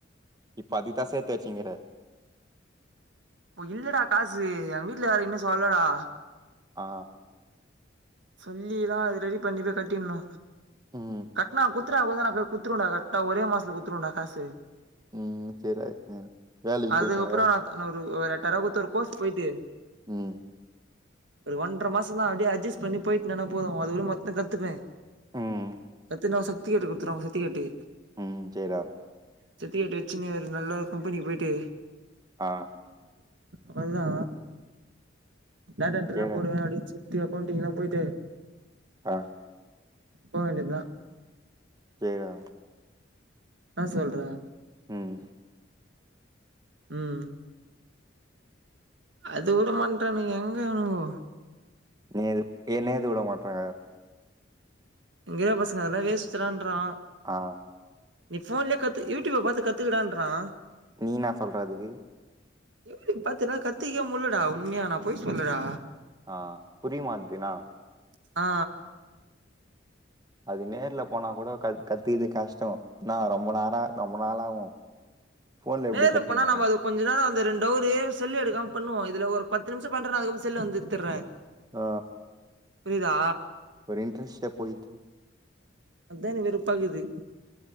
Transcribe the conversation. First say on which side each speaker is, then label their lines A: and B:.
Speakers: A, on the right; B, on the right.
A: இப்ப அதுக்தா சேத்து வச்சிங்கிற
B: இப்போ இல்லடா காசு ஏன் வீட்டு்ல வேற இன்னும் சொல்லடா
A: ஆ
B: சொல்லிதான் அது ரெடி பண்ணி போய் கட்டினோ
A: ம்
B: கட்டினா‌‌ குத் குத்துட்டா கூட தா நா போய் குத்துருவண்டா கர்ட்டா ஒரே மாசத்துல குத்துருவண்டாக்காசு
A: ம் சேரிடா விஸ்ணு வேலைக்கி
B: அதுக்கப்புறோ
A: போயிட்டாவா
B: நா ஒரு எட்டாயிரோ குடுத்து ஒரு கோர்ஸ் போயிட்டு
A: ம்
B: ஒரு ஒன்ற மாசோ தா அப்டியே அட்ஜஸ் பண்ணி போயிட்டு நின போது அதுக் கூட மொத்தோ கத்துப்பே
A: ம்
B: கத்துனா சர்டிபிகேட் குடுத்துருவாங்க சர்ட்டிகேட்டு
A: ம் சேர் ரா
B: சர்ட்டிபிக்கேட்டு வச்சுன்னு ஒரு நல்ல கும்பெனிக்கு போயிட்டு
A: ஆ
B: பண்லா நாடன்டர்ல்லா
A: சேரிடா
B: போடுவே அப்டின்ச்சு த்ரி அக்கவுண்டிங்கல்லா போய்ட்டு
A: ஆ
B: போ வேண்டியதா
A: சேர்டா
B: என்னா சொல்ற
A: ம்
B: ம் அது கூட பண்ட்டானுங்கோ எங்க இவ்னுங்கோ
A: நீ எது என்ன எது விட மாட்ரா
B: இங்க இருக்குற பசங்க அதெல்லா வேஸ்ட்ரான்றா
A: ஆ
B: நீ ஃபோன்லே கத்து யூடியூப பாத்து கத்துக்கடான்றா
A: நீ இன்னா சொல்ற அதுக்கு
B: எப்டி பாத்தீன்னா கத்திக்க முட்லடா உண்மையா நான் பொய் சொல்லடா
A: ஆ புரியுமா‌ட்துனா
B: ஆ
A: அது நேர்ல போனா கூட க கத்திது கஷ்டோ‌ நா ரொம்ப நாள் ஆவு ஃபோன்ல
B: நேர்ல
A: எப்டி கத்துக்க
B: போனா
A: முடியு
B: நம்ம அது கொஞ்ச நாளா அந்த ரெண்டவரு செல்லு எடுக்காம பண்ணுவோ இதுல ஒரு பத்து நிமிஷம் பண்றேனா அதுக்கப்றோ செல்லு வந்து எத்தறே
A: ஆ
B: புரியுதா
A: ஒரு இன்ட்ரெஸ்ட்டே போய்த்து
B: அதா எனக்கு வெறுப்பாக்குது